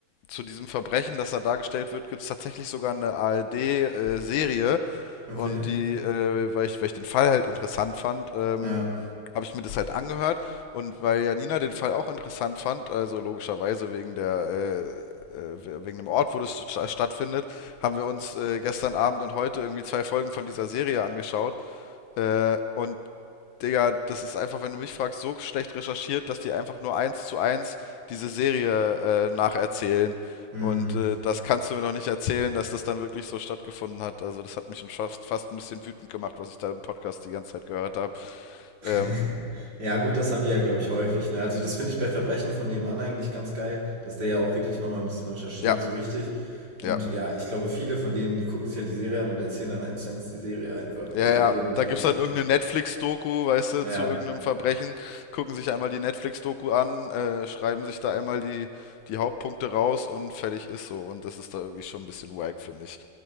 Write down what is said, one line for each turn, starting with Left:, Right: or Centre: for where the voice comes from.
Left: zu diesem Verbrechen, das da dargestellt wird, gibt es tatsächlich sogar eine ARD-Serie.
Right: Okay.
Left: und die, äh, weil ich, weil ich den Fall halt interessant fand, ähm,
Right: Ja.
Left: habe ich mir das halt angehört und weil Janina den Fall auch interessant fand, also logischerweise wegen der äh, äh, wegen dem Ort, wo das sta- stattfindet, haben wir uns äh, gestern Abend und heute irgendwie zwei Folgen von dieser Serie angeschaut äh, und Digga, das ist einfach, wenn du mich fragst, so schlecht recherchiert, dass die einfach nur eins zu eins diese Serie äh, nacherzählen.
Right: Hm.
Left: Und äh, das kannst du mir doch nicht erzählen, dass das dann wirklich so stattgefunden hat. Also das hat mich schon fast, fast ein bisschen wütend gemacht, was ich da im Podcast die ganze Zeit gehört habe.
Right: <laughs>
Left: Ähm,
Right: Ja, gut, das haben die ja, glaube ich, häufig. Ne? Also, das finde ich bei Verbrechen von nebenan eigentlich ganz geil, dass der ja auch wirklich nochmal ein bisschen recherchiert,
Left: ja,
Right: so richtig. Und
Left: ja.
Right: ja, ich glaube, viele von denen, die gucken sich ja die Serie an und erzählen dann eins zu eins die Serie einfach
Left: Ja,
Right: oder
Left: ja,
Right: irgendwie
Left: da gibt's dann irgendeine
Right: den.
Left: Netflix-Doku, weißt du,
Right: Ja,
Left: zu irgendeinem Verbrechen, gucken sich einmal die Netflix-Doku an, äh, schreiben sich da einmal die, die Hauptpunkte raus und fertig ist so. Und das ist da irgendwie schon ein bisschen wack, finde ich